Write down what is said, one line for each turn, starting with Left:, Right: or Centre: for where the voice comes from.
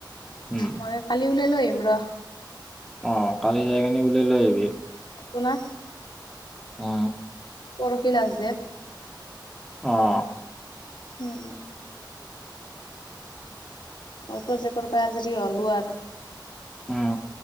Centre: উম
Left: মই কালি ওলাই লৈ আহিম ৰ
Centre: আহ কালি যাই কিনি ওলাই লৈ আহিবি।
Left: পোনা।
Centre: অ
Left: পৰখি লাষ্ট দেট।
Centre: আহ।
Left: উম। প্ৰজেক্টৰ পৰা আজৰি হ'লো আৰু
Centre: উম